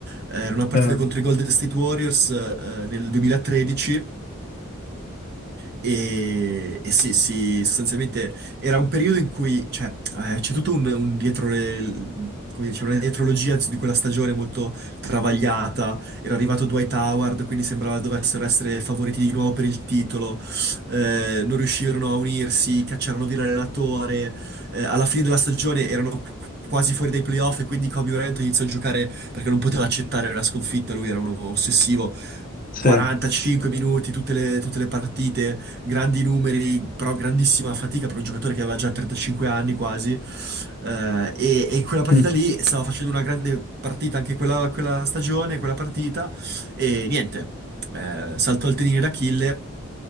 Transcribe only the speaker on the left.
eh.
Sì.
Mm.